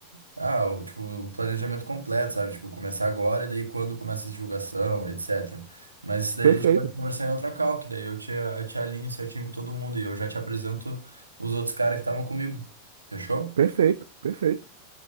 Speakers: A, on the right; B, on the right.
A: ah, o, tipo, o planejamento completo, sabe? Tipo, começar agora e daí quando começa a divulgação, etc. Mas isso daí
B: perfeito,
A: a gente pode conversar em outra call, que daí eu te, eu te alinho certinho com todo mundo e eu já te apresento os outros caras que estavam comigo. Fechou?
B: perfeito, perfeito.